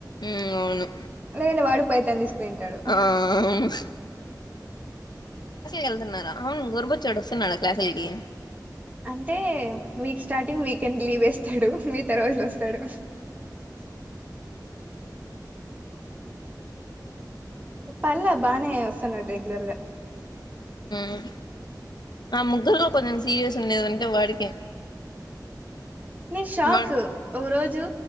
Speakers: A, on the left; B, on the right.
A: మ్మ్ అవును
B: లేదు వాడు పైథాన్ తీస్కునీ ఉంటాడు.
A: ఆ కెళ్తున్నారా అవును గురుబుచ్చోడు వస్తున్నాడు క్లాస్లకి
B: అంటే వీక్ స్టార్టింగ్ వీకెండ్ లీవేస్తాడు మీత రోజుల్ వస్తాడు. పార్ల బానే వస్తున్నాడు రెగులర్గా
A: మ్ ఆ ముగ్గుర్గ కొంచం సీరియస్ ఉండేదుంటే వాడికే
B: నే షాక్
A: వాడ్
B: ఒక రోజు